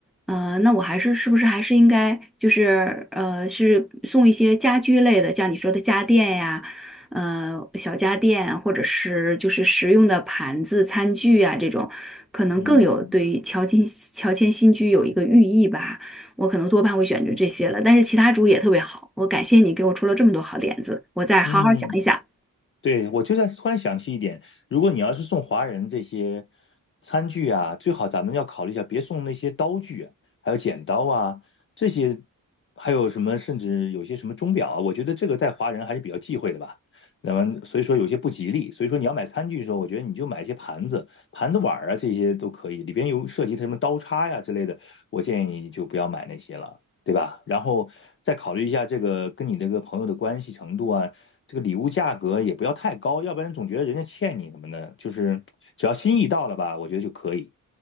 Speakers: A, in the centre; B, on the left.
A: 呃，那我还是是不是还是应该就是呃是送一些家居类的，像你说的家电呀。呃小家电，或者是就是实用的盘子、餐具啊这种，可能更有对乔迁乔迁新居有一个寓意吧。
B: 嗯
A: 我可能多半会选择这些了，但是其他主意也特别好。我感谢你给我出了这么多好点子，我再好好想一想。
B: 嗯，对，我就在突然想起一点，如果你要是送华人这些餐具啊，最好咱们要考虑一下，别送那些刀具啊，还有剪刀啊这些，还有什么甚至有些什么钟表啊，我觉得这个在华人还是比较忌讳的吧。那么所以说有些不吉利，所以说你要买餐具的时候，我觉得你就买一些盘子、盘子碗儿啊这些都可以，里边有涉及它什么刀叉呀、之类的，我建议你就不要买那些了。对吧？然后再考虑一下这个跟你这个朋友的关系程度啊，这个礼物价格也不要太高，要不然总觉得人家欠你什么的。就是只要心意到了吧，我觉得就可以。